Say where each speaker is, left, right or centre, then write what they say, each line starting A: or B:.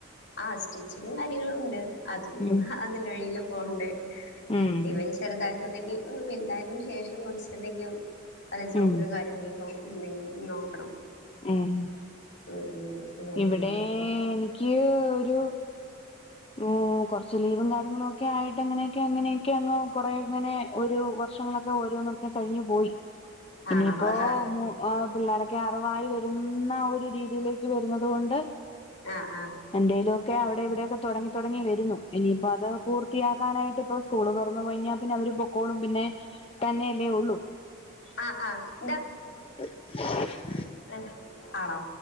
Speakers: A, on the left; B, on the left.
A: ആ സ്റ്റിച്ചിങ്ങും കാര്യങ്ങളൂണ്ട് അത്
B: ഉം
A: അതിന്റെടിയിൽ പോവണ്ട്
B: ഉം
A: ഇവൻ ചെറുതായതൊണ്ടിനി വലുതായതിനുശേഷം കുറച്ചെന്തെങ്കിലും പല ജോബുകളും
B: ഉം
A: കാര്യങ്ങൾക്കും എന്തെങ്കിലും നോക്കണം
B: ഉം
A: ഉം ഉം അങ്ങനെയുള്ളത്
B: ഇവിടെയെനി ക്ക് ഒരു ഉം കൊറച്ച് ലീവും കാര്യങ്ങളു ക്കെ ആയിട്ട് അങ്ങനെയൊക്കെ അങ്ങനെയൊക്കെ അങ്ങ് കൊറേ ഇങ്ങനെ ഒരു വർഷങ്ങളൊക്കെ ഓരോന്നൊക്കെ കഴിഞ്ഞു പോയി ഇനിയിപ്പോ
A: ആണോ ആഹ്
B: പിള്ളേരൊക്കെ അറിവായി വരുന്ന ഒരു രീതിയിലേ ക്ക് വരുന്നതുകൊണ്ട്
A: ആ ആ
B: എന്തെയിലൊക്കെ അവിടെ ഇവിടെയൊക്കെ തൊടങ്ങി തൊടങ്ങി വരുന്നു ഇനിയിപ്പോ അത് പൂർത്തിയാക്കാനായിട്ട് ഇപ്പോ സ്കൂള് തൊറന്നുകഴിഞ്ഞാ പിന്നെ അവരു പൊക്കോളും പിന്നെ തന്നെയല്ലേ ഒള്ളൂ
A: ആ ആ എന്താ
B: <inaudible>
A: ഏ ആണോ